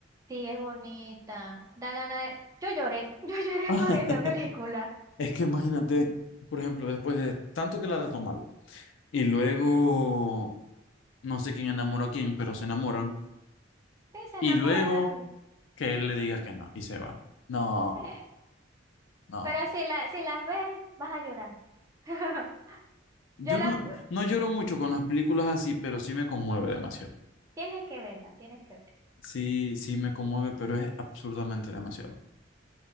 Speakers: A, on the right (about 15°); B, on the left (about 70°).
A: sí, es bonita, da ganas de... Yo lloré, <laughs> yo lloré
B: <laughs>
A: con esa película.
B: Es que imagínate, por ejemplo, después de tanto que la trató mal y luego no sé quién enamoró a quién, pero se enamoran.
A: Sí, se
B: Y
A: enamoran
B: luego
A: así.
B: que él le diga que no y se va. No,
A: Sí.
B: no.
A: Pero si, la, si las ves, vas a llorar. <laughs>
B: Yo
A: Yo la...
B: no,
A: pu-
B: no lloro mucho con las películas así, pero sí me conmueve demasiado.
A: Tienes que verla, tienes que verla.
B: Sí, sí me conmueve, pero es absurdamente demasiado.